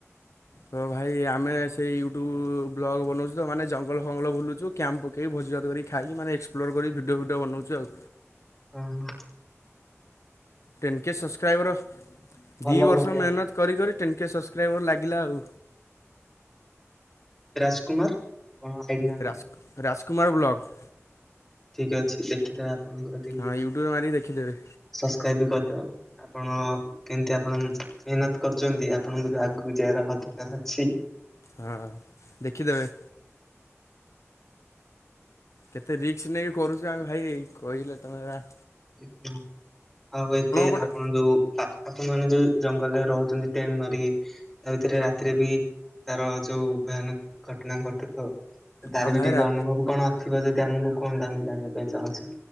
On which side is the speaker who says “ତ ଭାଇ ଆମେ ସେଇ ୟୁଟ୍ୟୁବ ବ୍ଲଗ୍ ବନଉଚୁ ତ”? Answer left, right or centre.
Left